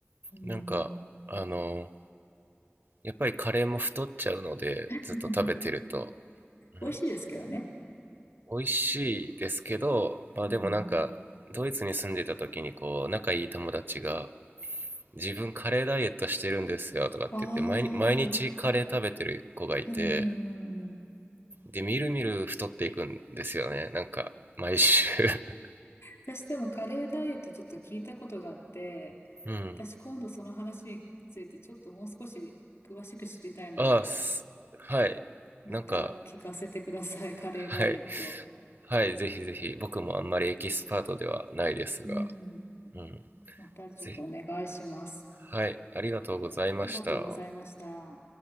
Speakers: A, on the left; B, on the right.
A: うん。
B: なんかあのやっぱりカレーも太っちゃうのでずっと食べてると、
A: <laughs>
B: うん、
A: 美味しいですけどね。
B: 美味しいですけどまあでもなんかドイツに住んでた時にこう仲いい友達が
A: うん。
B: 自分カレーダイエットしてるんですよとかって言って毎日毎日カレー食べてる子がいて
A: ああ、うんうんうんうん。
B: で、みるみる太っていくんですよね。なんか、毎週 <laughs>。
A: 私でもカレーダイエットちょっと聞いたことがあって、
B: うん。
A: 私今度その話についてちょっともう少し詳しく知りたいので、
B: ああ、すはい。
A: また聞かせてください、
B: なんか、
A: カレーダイエット。
B: はい。はい、ぜひぜひ。僕もあんまりエキスパートではないですが。
A: うん。
B: うん。
A: またちょっとお願いします。
B: ぜひ。はい、ありがとうございました。
A: ありがとうございました。